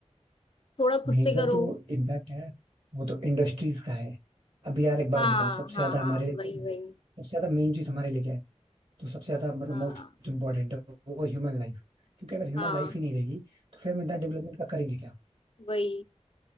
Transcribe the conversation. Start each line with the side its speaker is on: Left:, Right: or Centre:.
Left: थोड़ा खुद
Right: मेजर
Left: से करो
Right: जो इम्पैक्ट है वो तो इंडस्ट्रीज का है अब यार एक बात
Left: हाँ
Right: बताओ सबसे
Left: हाँ
Right: ज्यादा
Left: हाँ
Right: हमारे लिए
Left: वही
Right: को- मतलब
Left: वही
Right: सबसे ज्यादा मेन चीज हमारे लिए क्या है तो सबसे ज्यादा मतलब
Left: हाँ
Right: मोस्ट इम्पोर्टेंट वो ह्यूमन लाइफ क्योंकि अगर ह्यूमन
Left: हाँ
Right: लाइफ ही नहीं रहेगी तो फिर हम इतना डेवलपमेंट का करेंगे क्या
Left: वही